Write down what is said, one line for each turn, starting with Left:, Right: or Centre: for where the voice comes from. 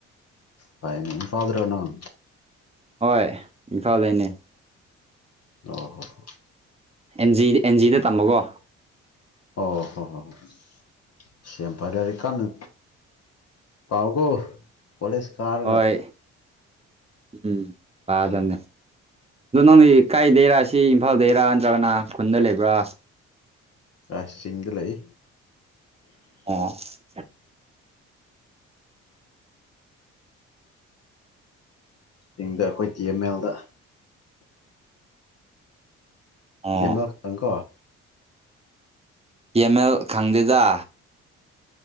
Left: ꯐꯩꯅꯦ ꯏꯝꯐꯥꯜꯗ꯭ꯔꯣ ꯅꯪ
Right: ꯍꯣꯏ ꯏꯝꯐꯥꯜꯗꯩꯅꯦ
Left: ꯑꯣ ꯍꯣ ꯍ
Right: ꯑꯦꯟꯖꯤ ꯑꯦꯟꯖꯤꯗ ꯇꯝꯕꯀꯣ
Left: ꯑꯣ ꯍꯣ ꯍꯣ ꯍꯣꯏ ꯁꯦꯝ ꯐꯔꯦꯗꯤ ꯀꯥꯟꯅ ꯀꯥꯎ ꯀꯣ ꯄꯂꯦꯁ ꯀꯥꯔꯒ
Right: ꯍꯣꯏ ꯎꯝ ꯄꯥꯗꯝꯅꯦ
Left: ꯎꯝ
Right: ꯑꯗꯣ ꯅꯪꯗꯤ ꯀꯥꯏꯗꯩꯔꯥꯁꯤ ꯏꯝꯐꯥꯜꯗꯩꯔꯥ ꯅꯠꯇ꯭ꯔꯒꯅ ꯈꯨꯟꯗ ꯂꯩꯕ꯭ꯔꯥ
Left: ꯔ ꯆꯤꯡꯗ ꯂꯩ
Right: ꯑꯣ <inaudible>
Left: ꯆꯤꯡꯗ ꯑꯩꯈꯣꯏ ꯇꯤ ꯑꯦꯝ ꯑꯦꯜꯗꯤ
Right: ꯑꯣ
Left: ꯑꯦ ꯑꯪꯀꯣ
Right: ꯏꯃꯦꯜ ꯈꯪꯗꯦꯗ